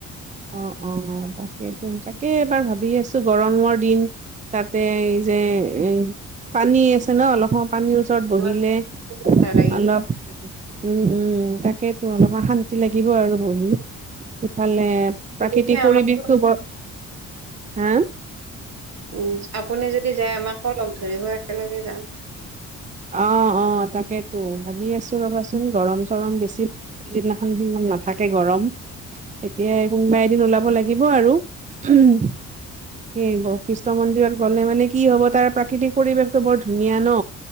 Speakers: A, on the right; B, on the right.
A: অ অ তাকেইতো। তাকে এইবাৰ ভাবি আছোঁ গৰমৰ দিন তাতে এই যে এ পানী আছে ন অলপ সময় পানী
B: তোমাক
A: বহিলে
B: ভাল লাগিব
A: অলপ উম উম তাকে ত অলপমান শান্তি লাগিব আৰু বহি। ইফালে প্ৰাকৃতিক
B: যদি
A: পৰিৱেশটো
B: আমাক
A: বৰ, হা?
B: উম আপুনি যদি যায় আমাকো লগ ধৰিব একেলগে যাম।
A: অ অ তাকেতো ভাবি আছোঁ ৰবাচোন গৰম-চৰম বেছি সিদিনাখন সিমান নাথাকে গৰম তেতিয়া কোনোবা এদিন ওলাব লাগিব আৰু। তাকে বৈ বৈশিষ্ট্য মন্দিৰত গ'লে মানে কি হব তাৰ প্ৰাকৃতিক পৰিৱেশটো বৰ ধুনীয়া ন।